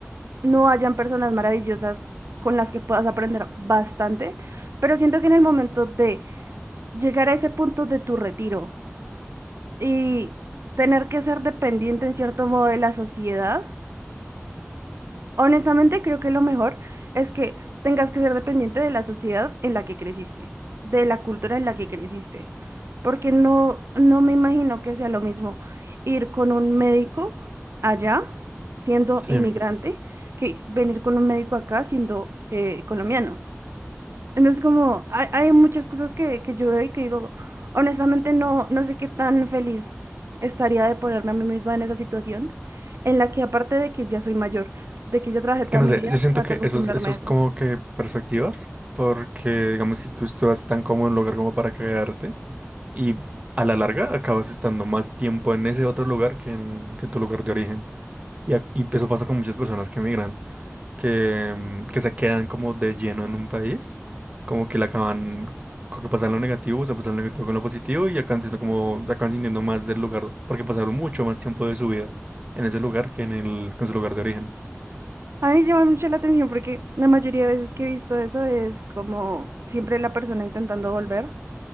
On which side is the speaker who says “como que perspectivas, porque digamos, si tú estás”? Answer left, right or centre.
Right